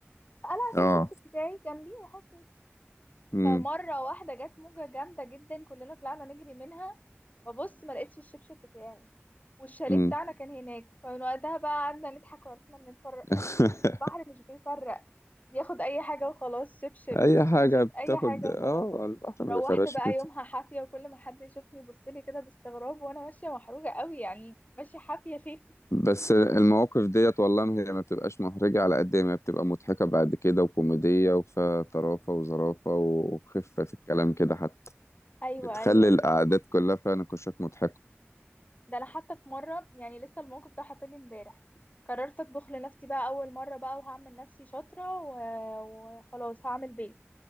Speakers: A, on the left; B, on the left.
A: فقلعت
B: اه
A: الشبشب بتاعي جنبي وحطيت
B: امم
A: فمرة واحدة جت موجة جامدة جدا كلنا طلعنا نجري منها ببص ما لقيتش الشبشب بتاعي والشاليه
B: امم
A: بتاعنا كان هناك فمن وقتها بقى قعدنا نضحك وعرفنا ان الفر...
B: <laughs>
A: البحر مش بيفرق بياخد اي حاجة وخلاص شبشب
B: اي
A: مش
B: حاجه
A: شبشب اي
B: بتاخد
A: حاجة
B: اه
A: وخلاص
B: البحر ما
A: روحت
B: بيفرقش
A: بقى
B: بت-
A: يومها حافية وكل ما حد يشوفني يبصلي كده باستغراب وانا ماشية محروجة قوي يعني ماشية حافية ليه
B: بس المواقف ديت والله ما هي ما بتبقاش محرجه على قد ما بتبقى مضحكه بعد كده وكوميديه وفيها طرافه وظرافه وخفه في الكلام كده حتى
A: <laughs> ايوه
B: بتخلي
A: ايوه
B: القعدات كلها فيها نقاشات مضحكه
A: ده انا حتى في مرة يعني لسه الموقف ده حاطني امبارح قررت اطبخ لنفسي بقى اول مرة بقى وهعمل نفسي شاطرة و- وخلاص هعمل بيض